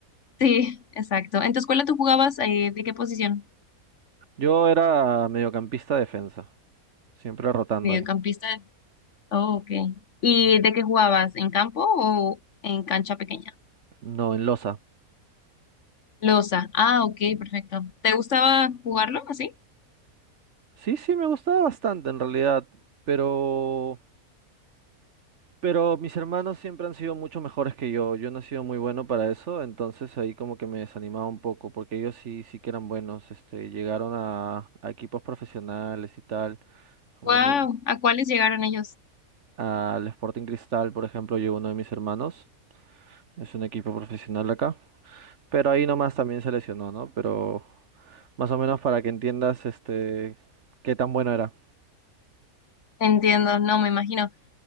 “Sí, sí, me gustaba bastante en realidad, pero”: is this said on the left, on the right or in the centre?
Right